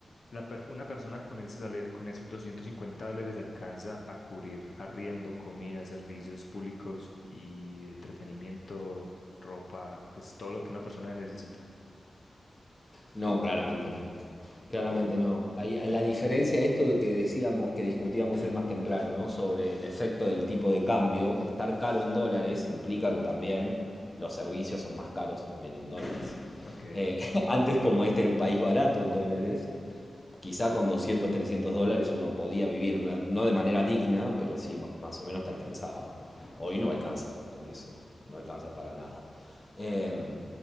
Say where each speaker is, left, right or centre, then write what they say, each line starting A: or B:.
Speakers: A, on the left (about 50°); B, on the left (about 20°).
A: la per- una persona con ese saler- con esos 250 dólares alcanza a cubrir arriendo, comida, servicios públicos y entretenimiento, ropa, pues todo lo que una persona necesita.
B: No, claramente no. Claramente
A: Oh,
B: no. Ahí- la diferencia de esto de que decíamos que discutíamos hoy más temprano, ¿no? Sobre el efecto del tipo de cambio, estar caro en dólares implica que también los servicios son más caros también en dólares.
A: ok,
B: Eh, <laughs> antes, como este era un país barato en dólares, quizá con 200 300 dólares uno podía vivir, no no de manera digna, pero sí más o menos te alcanzaba. Hoy no alcanza con eso, no alcanza para nada. Em,
A: ok.